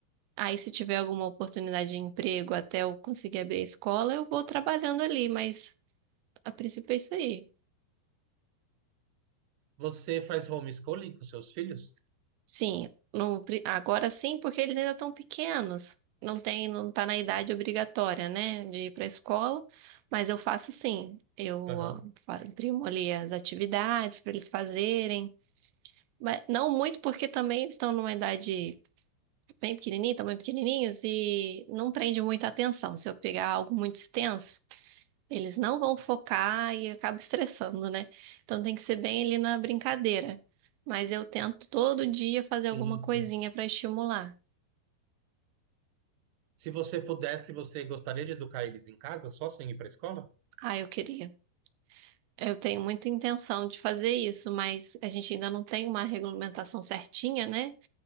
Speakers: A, on the right (about 90°); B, on the right (about 70°).
A: Aí, se tiver alguma oportunidade de emprego até eu conseguir abrir a escola, eu vou trabalhando ali, mas a princípio é isso aí.
B: Você faz homeschooling com seus filhos?
A: Sim, no pri- agora sim, porque eles ainda estão pequenos. Não tem, não tá na idade obrigatória, né, de ir para a escola, mas eu faço sim. Eu ó,
B: Aham.
A: fa- imprimo ali as atividades para eles fazerem, mas não muito porque também eles estão numa idade bem pequenininha, estão bem pequenininhos e não prende muita atenção. Se eu pegar algo muito extenso, eles não vão focar e acaba estressando, né? Então tem que ser bem ali na brincadeira. Mas eu tento todo dia fazer
B: Sim,
A: alguma coisinha
B: sim.
A: para estimular.
B: Se você pudesse, você gostaria de educar eles em casa, só sem ir para a escola?
A: Ah, eu queria. Eu tenho muita intenção de fazer isso, mas a gente ainda não tem uma regulamentação certinha, né?